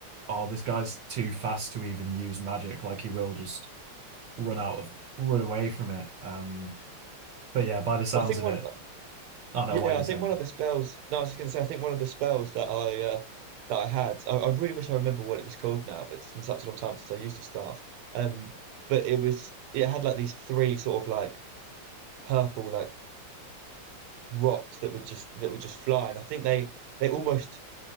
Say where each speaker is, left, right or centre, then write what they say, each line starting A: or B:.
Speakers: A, on the right (about 65°); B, on the right (about 80°).
A: oh, this guy's too fast to even use magic. Like he will just run out of run away from it. Um, but yeah, by the sounds
B: Well, I think
A: of
B: one,
A: it, I don't know
B: yeah,
A: what you're
B: I
A: saying.
B: think one of the spells. No, I was just gonna say, I think one of the spells that I uh, that I had, I, I really wish I remember what it was called now, but it's been such a long time since I used the staff. Um, but it was it had like these three sort of like purple like rocks that were just that were just flying. I think they they almost